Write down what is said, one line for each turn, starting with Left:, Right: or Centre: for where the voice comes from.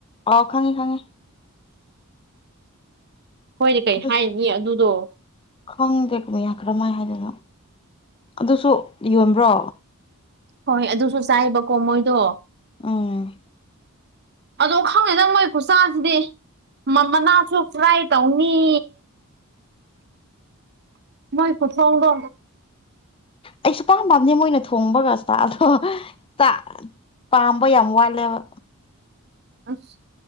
Left: ꯑꯣ ꯈꯪꯉꯦ ꯈꯪꯉꯦ
Right: ꯈꯣꯏꯗꯤ ꯀꯩ
Left: ꯑꯗꯨꯁꯨ
Right: ꯍꯥꯏꯅꯤ ꯑꯗꯨꯗꯣ
Left: ꯈꯪꯗꯦ ꯀꯃꯤꯌꯥ ꯀꯔꯃꯥꯏ ꯍꯥꯏꯗꯣꯏꯅꯣ ꯑꯗꯨꯁꯨ ꯌꯣꯟꯕ꯭ꯔꯣ
Right: ꯍꯣꯏ ꯑꯗꯨꯁꯨ ꯆꯥꯏꯌꯦꯕꯀꯣ ꯃꯣꯏꯗꯣ
Left: ꯎꯝ
Right: ꯑꯗꯣ ꯈꯪꯗꯦꯗ ꯃꯣꯏꯀꯆꯥꯁꯤꯗꯤ ꯃꯅꯥꯁꯨ ꯐ꯭ꯔꯥꯏ ꯇꯧꯅꯤ
Left: <inaudible>
Right: ꯃꯣꯏ ꯈꯨꯊꯣꯡꯗꯣ
Left: ꯑꯩ ꯁꯨꯄꯥꯝ ꯄꯥꯝꯗꯦ ꯃꯣꯏꯅ ꯊꯣꯡꯕꯒ ꯆꯥꯗꯣ ꯆꯥ ꯄꯥꯝꯕ ꯌꯥꯝ ꯋꯥꯠꯂꯦꯕ
Right: ꯑꯁ